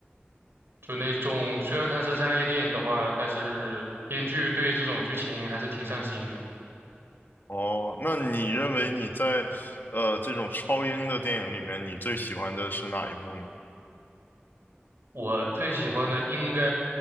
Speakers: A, on the right; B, on the left.
A: 就那种虽然它是商业电影的话，但是编剧对这种剧情还是挺上心的。
B: 哦，那你认为你在呃这种超英的电影里面，你最喜欢的是哪一部呢？
A: 我最喜欢的应该